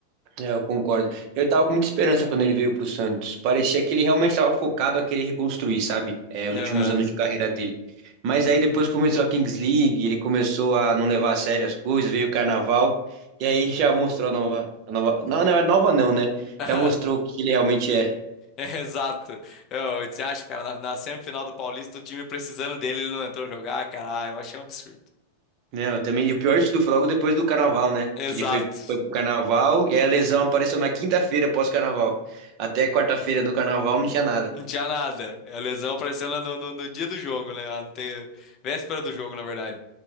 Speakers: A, on the right (about 40°); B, on the left (about 35°).
A: é, eu concordo. Eu tava com muita esperança quando ele veio pro Santos. Parecia que ele realmente estava focado a querer reconstruir, sabe? É, os
B: Aham.
A: últimos anos de carreira dele. Mas aí depois começou a Kings League, ele começou a não levar a sério as coisas, veio o Carnaval, e aí já mostrou a nova, a nova, não, não é nova não, né?
B: <laughs>
A: Já mostrou o que ele realmente é.
B: É, Exato. Eu, você acha, cara, na, na semifinal do Paulista, o time precisando dele, ele não entrou jogar, cara. Ah, eu achei um absurdo.
A: Não, eu também, e o pior de tudo foi logo depois do Carnaval, né?
B: Exato.
A: Que ele foi, foi pro Carnaval, e aí a lesão apareceu na quinta-feira, pós-Carnaval. Até quarta-feira do Carnaval não tinha nada,
B: Não tinha nada. A lesão aparecendo no, no, no dia do jogo, né? Ah, não tem... Véspera do jogo, na verdade.